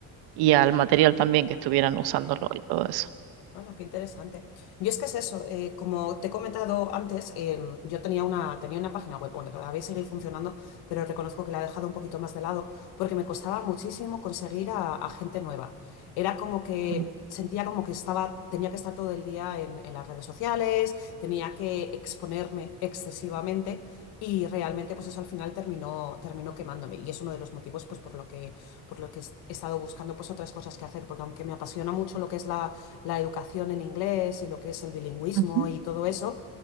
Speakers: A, on the right (about 85°); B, on the left (about 80°).
A: y al material también que estuvieran usándolo y todo eso.
B: Hola, qué interesante. Yo es que es eso, eh, como te he comentado antes, em, yo tenía una, tenía una página web, bueno, todavía sigue funcionando, pero reconozco que la he dejado un poquito más de lado porque me costaba muchísimo conseguir a, a gente nueva. Era como que
A: Mm,
B: sentía como que estaba, tenía que estar todo el día en, en las redes sociales, tenía que exponerme excesivamente y realmente pues eso al final terminó, terminó quemándome y es uno de los motivos pues por lo que, por lo que he estado buscando pues otras cosas que hacer, porque aunque me apasiona mucho lo que es la la educación en inglés y lo que es el bilingüismo
A: ujú,
B: y todo eso,